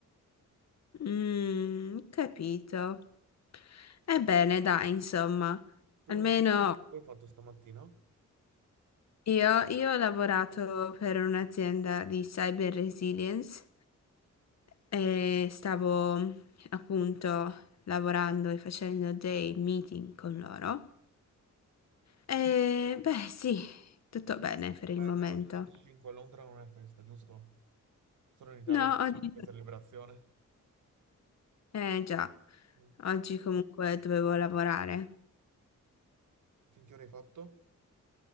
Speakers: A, on the left; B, on the right.
A: Mm, capito. Ebbene, dai, insomma,
B: Tu
A: almeno
B: invece, cosa hai fatto stamattina?
A: io, io ho lavorato per un'azienda di cyber resilience e stavo appunto lavorando e facendo dei meeting con loro. E beh, sì, tutto bene per il
B: Ah,
A: momento.
B: è vero, oggi è il 25, a Londra non è festa, giusto? Sono in Italia
A: No,
B: da
A: oggi...
B: questa liberazione.
A: Eh già,
B: Mm.
A: oggi comunque dovevo lavorare.
B: Finché ora hai fatto?